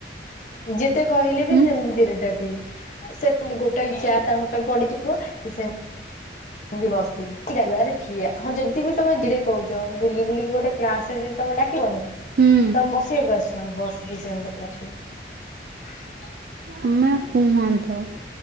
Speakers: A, on the left; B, on the right.
A: ଯେତେ କହିଲେ ବି
B: ହୁଁ
A: ସେମିତି ଧରେ <unintelligible> ଡାକିବି ସେମତି ଗୋଟେ ଚେୟାର ତାଙ୍କ ପାଇଁ ପଡିଯିବ ସେ ସେ ଏମତି ବସିକି, ଆରେ ଠିଆ, ହଁ ଯଦି ବି ତମେ ଧୀରେ କହୁଛ ବୁଲି ବୁଲିକି ଗୋଟେ କ୍ଲାସ ତମେ ଡାକିବନି,
B: ହୁଁ
A: ତମେ ବସିବାକୁ ଆସଛ ବସ କ <unintelligible>
B: ଆମେ କୁହନ୍ତୁ,